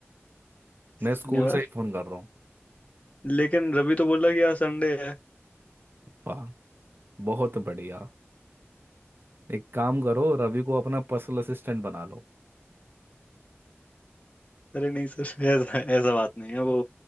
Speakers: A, on the right; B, on the left.
A: मैं
B: शनिवार
A: स्कूल से ही फोन कर रहा हूँ
B: लेकिन रवि तो बोला कि आज संडे है
A: वाह बहुत बढ़िया एक काम करो रवि को अपना पर्सनल असिस्टेंट बना लो
B: अरे नहीं सर ऐसा ऐसा बात नहीं है वो